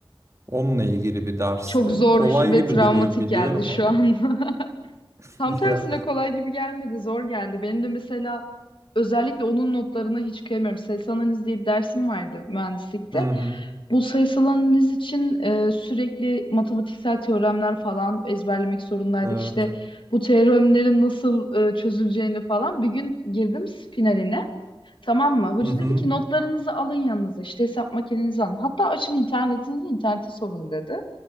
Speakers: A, on the right; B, on the left.
A: Onunla ilgili bir dersti.
B: Çok zor
A: Kolay
B: ve
A: gibi
B: travmatik
A: duruyor biliyorum
B: geldi şu
A: ama.
B: an. <laughs>
A: <laughs>
B: Tam tersine
A: Ya.
B: kolay gibi gelmedi, zor geldi. Benim de mesela özellikle onun notlarına hiç kıyamıyorum. Sayısal analiz diye bir dersim vardı mühendislikte.
A: Hı hı.
B: Bu sayısal analiz için e, sürekli matematiksel teoremler falan ezberlemek zorundaydık.
A: Evet.
B: İşte bu teoremlerin nasıl e, çözüleceğini falan. Bir gün girdim finaline. Tamam mı? Hoca
A: Hı hı.
B: dedi ki notlarınızı alın yanınıza. İşte hesap makinenizi alın. Hatta açın internetinizi, interneti sorun dedi.